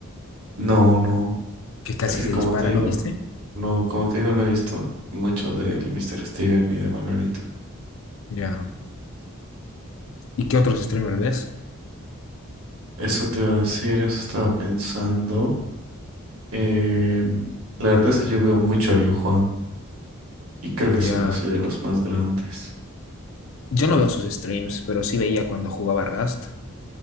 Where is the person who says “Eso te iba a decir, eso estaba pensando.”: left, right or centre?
Right